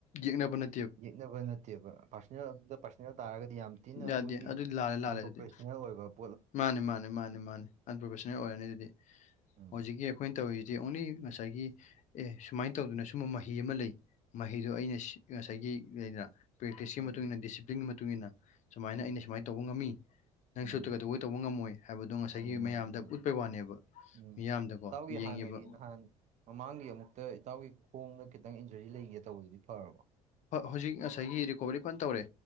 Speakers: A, on the left; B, on the right.
A: ꯌꯦꯛꯅꯕ ꯅꯦ
B: ꯌꯦꯛꯅꯕ ꯅꯠꯇꯦꯕ ꯄꯥꯔꯁꯣꯅꯦꯜ ꯑꯗꯨꯗ ꯄꯥꯔꯁꯣꯅꯦꯜ ꯇꯥꯔꯒꯗꯤ ꯌꯥꯝ ꯊꯤꯅ
A: ꯌꯥꯗꯦ
B: ꯑꯩꯈꯣꯏꯒꯤ
A: ꯑꯗꯨꯗꯤ ꯂꯥꯜꯂꯦ ꯂꯥꯜꯂꯦ
B: ꯑꯟꯄ꯭ꯔꯣꯐꯦꯁꯅꯦꯜ
A: ꯑꯗꯨꯗꯤ
B: ꯑꯣꯏꯕꯕꯥ
A: ꯃꯥꯅꯦ ꯃꯥꯅꯦ ꯃꯥꯅꯦ ꯃꯥꯅꯤ ꯑꯟꯄ꯭ꯔꯣꯐꯦꯁꯟꯅꯜ ꯑꯣꯏꯔꯅꯤ ꯑꯗꯨꯗꯤ
B: ꯎꯝ
A: ꯍꯧꯖꯤꯛꯀꯤ ꯑꯩꯈꯣꯏꯅ ꯇꯧꯔꯤꯁꯤ ꯑ ꯑꯣꯅꯤ ꯉꯁꯥꯏꯒꯤ꯫ ꯑꯦ ꯁꯨꯃꯥꯏꯅ ꯇꯧꯗꯅ ꯁꯨꯝꯕ ꯃꯍꯤ ꯑꯃ ꯂꯩ ꯃꯍꯤꯗꯣ ꯑꯩꯅ ꯉꯁꯥꯏꯒꯤꯗꯅ ꯄ꯭ꯔꯦꯛꯇꯤꯁꯀꯤ
B: ꯎꯝ
A: ꯃꯇꯨꯡ ꯃꯇꯨꯡꯏꯟꯅ ꯗꯤꯁꯤꯄ꯭ꯂꯤꯟꯒꯤ ꯃꯇꯨꯡ ꯃꯇꯨꯡꯏꯟꯅ ꯁꯨꯃꯥꯏꯅ
B: ꯃꯥꯅꯦ
A: ꯑꯩꯅ ꯁꯨꯃꯥꯏꯅ ꯇꯧꯕ ꯉꯝꯃꯤ ꯅꯪ
B: ꯎꯝ
A: ꯁꯣꯠꯇ꯭ꯔꯒꯗ ꯇꯧꯕ ꯉꯝꯃꯣꯏ ꯍꯥꯏꯕꯗꯣ ꯉꯁꯥꯏꯒꯤ
B: ꯃꯥꯅꯤ ꯃꯥꯅꯤ
A: ꯃꯌꯥꯝꯗ
B: ꯃꯥꯅꯤ
A: ꯎꯠꯄꯩ ꯋꯥꯅꯦꯕ
B: ꯎꯝ
A: ꯃꯤꯌꯥꯝꯗꯀꯣ
B: ꯏꯇꯥꯎꯒꯤ
A: ꯌꯦꯡꯉꯤꯕ
B: ꯍꯥꯟꯅꯒꯤ ꯅꯍꯥꯟ ꯃꯃꯥꯡꯒꯤ ꯑꯃꯨꯛꯇ ꯏꯇꯥꯎꯒꯤ ꯈꯣꯡꯗ ꯈꯤꯇꯪ ꯏꯟꯖꯔꯤ ꯂꯩꯒꯦ ꯇꯧꯕꯗꯨꯗꯤ ꯐꯔꯕ
A: ꯍꯧꯖꯤꯛ ꯉꯁꯥꯏꯒꯤ ꯔꯤꯀꯣꯕꯔꯤ ꯐꯟ ꯇꯧꯔꯦ